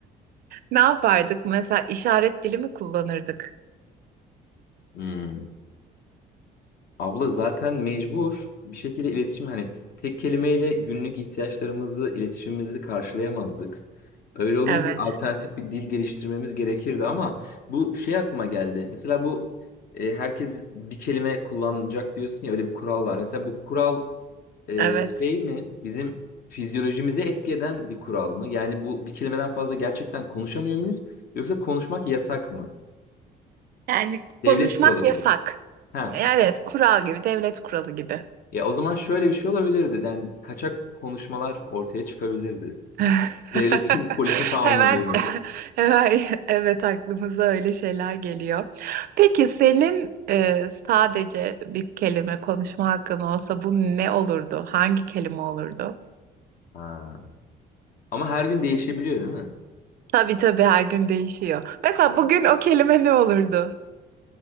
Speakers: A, on the right (about 60°); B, on the left (about 60°).
A: Ne yapardık? Mesela işaret dili mi kullanırdık?
B: Hmm. Abla zaten mecbur bir şekilde iletişim hani tek kelimeyle günlük ihtiyaçlarımızı, iletişimimizi karşılayamazdık. Öyle olunca
A: Evet,
B: alternatif bir dil geliştirmemiz gerekirdi ama bu şey aklıma geldi. Mesela bu e, herkes bir kelime kullanacak diyorsun ya öyle bir kural var. Mesela bu kural Ee,
A: evet.
B: şey mi bizim fizyolojimize etki eden bir kural mı? Yani bu bir kelimeden fazla gerçekten konuşamıyor muyuz? Yoksa konuşmak yasak mı?
A: Yani
B: Devlet
A: konuşmak
B: kuralı
A: yasak.
B: gibi. Ha.
A: Evet, kural gibi, devlet kuralı gibi.
B: Ya o zaman şöyle bir şey olabilirdi. Yani kaçak konuşmalar ortaya çıkabilirdi.
A: <laughs>
B: Devletin <laughs> polisi falan
A: Hemen,
B: olmadığı yerde.
A: <laughs> hemen evet aklımıza öyle şeyler geliyor. Peki senin e, sadece bir kelime konuşma hakkın olsa bu ne olurdu? Hangi kelime olurdu?
B: Ha. Ama her gün değişebiliyor değil mi?
A: Tabii tabii her gün değişiyor. Mesela bugün o kelime ne olurdu?